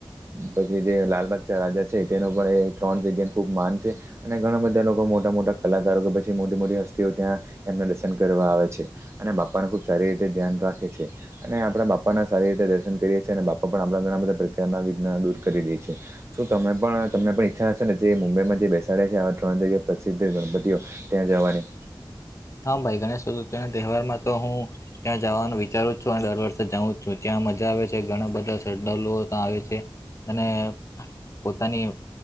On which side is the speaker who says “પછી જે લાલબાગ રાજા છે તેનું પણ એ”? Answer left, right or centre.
Right